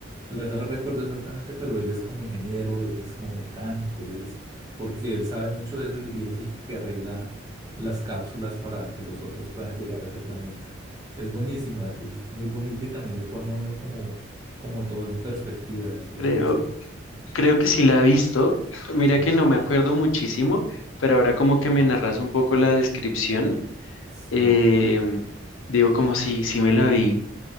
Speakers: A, on the right (about 20°); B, on the left (about 75°).
A: la verdad no recuerdo exactamente, pero él es como ingeniero, él es como mecánico, él es, porque él sabe mucho de eso y, y él es el que arregla las cápsulas para que los otros puedan llegar a ese planeta. Es buenísima, es muy bonita y también le pone a uno como, como todo en perspectiva, es, es
B: creo,
A: muy chévere.
B: creo que sí la he visto. Mira
A: Sí,
B: que no me acuerdo muchísimo, pero ahora como que me narras un poco la descripción.
A: sí,
B: Eh, digo, como si, si me la vi,